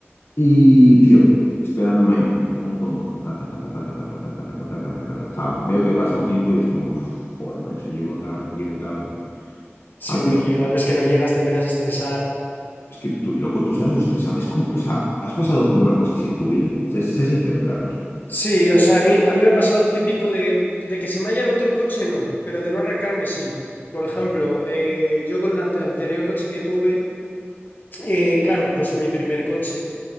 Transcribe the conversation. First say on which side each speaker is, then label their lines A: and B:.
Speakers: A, on the left; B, on the left.
A: Y, tío, esperándome ahí, como un tonto. Taca, taca, taca, taca, taca, taca, taca, taca, taca. O sea, veo que pasa el tiempo y es como, "Uf, joder, macho, llego tarde, llego tarde.
B: si
A: Al fin,
B: no llegas, ves que no llegas, te empiezas a estresar.
A: es que tú, loco, tú sabes lo estresante. Es como, o sea, ¿has pasado por una cosa así en tu vida? Sé, sé sincero, Carlos.
B: Sí, o sea, a mí, a mí me ha pasado típico de, de que se me haya roto el coche, no, pero de no arrancarme, sí. Por ejemplo, eh, yo con el ante- anterior coche que tuve, eh, claro, pues mi primer coche,